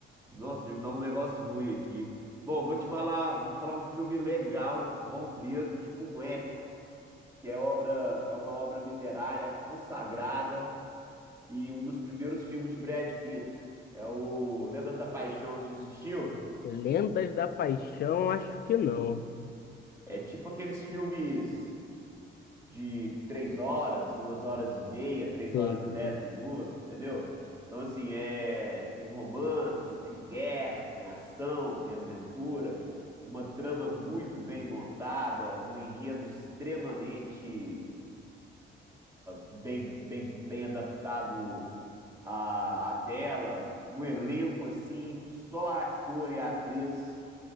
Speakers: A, on the right; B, on the left.
A: Nossa, já me dá um negócio ruim aqui. Bom, vou te falar, vou te falar um filme legal, bom mesmo, tipo um épico, que é obra, é uma obra literária consagrada. e um dos primeiros filmes de Brad Pitt. É o Lendas da Paixão, você já assistiu?
B: Lendas da Paixão, acho que não.
A: É tipo aqueles filmes de três horas, duas horas e meia, três
B: Sim,
A: horas e dez
B: sim.
A: minutos, entendeu? Então, assim, é... tem romance, tem guerra, tem ação, tem aventura, uma trama muito bem montada, um enredo extremamente bem, bem, bem adaptado à, à tela, um elenco assim, só ator e atriz